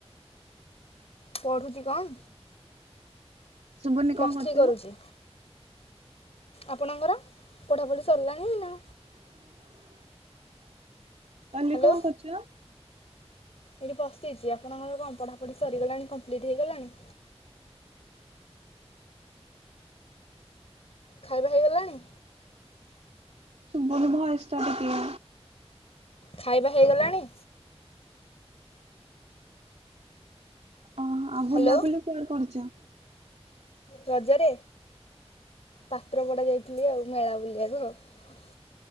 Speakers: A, on the left; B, on the right.
A: ପଢ଼ୁଛି କଣ?
B: ସୁଭୁନି
A: ପ୍ଲସ୍
B: କଣ କରୁଛ?
A: ଥ୍ରୀ କରୁଛି ଆପଣଙ୍କର ପଢାପଢ଼ି ସରିଲାଣି ଏ ନା?
B: କାଲି
A: ହ୍ୟାଲୋ
B: କଣ କରୁଛ?
A: ଏଇଠି ବସିଛି ଆପଣଙ୍କର ପଢ଼ା କୋଉଠି ସରିଗଲାଣି <unintelligible> ହେଇଗଲାଣି। ଖାଇବା ହେଇଗଲାଣି?
B: ଶୁଭୁନି ଭୟେସ ଟା ଟିକିଏ।
A: ଖାଇବା ହେଇଗଲାଣି।
B: ଓ ଆଉ
A: ହ୍ୟାଲୋ
B: ବୁଲାବୁଲି କୁଆଡେ କରୁଛ।
A: ରଜରେ। ପାତ୍ର ପଡା ଯାଇଥିଲି ଆଉ ମେଳା ବୋଲି। <unintelligible>